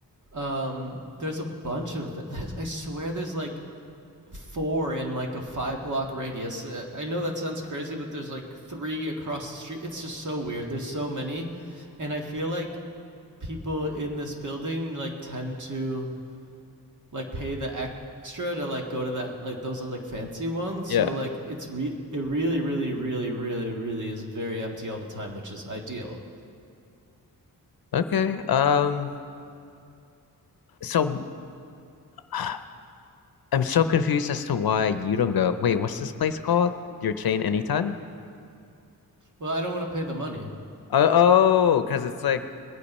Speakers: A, on the right; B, on the left.
A: um there's a bunch of th- <laughs> I swear there's like four in like a five block radius. Uh, I know that sounds crazy, but there's like three across the street. It's just so weird. There's so many. And I feel like people in this building like tend to like pay the extra to like go to that like those like fancy ones.
B: Yeah.
A: So like it's re- it really really really really really is very empty all the time, which is ideal.
B: Okay. Um. So <sighs> I'm so confused as to why you don't go. Wait, what's this place called? Your chain anytime?
A: Well, I don't want to pay the money.
B: Oh, because it's like,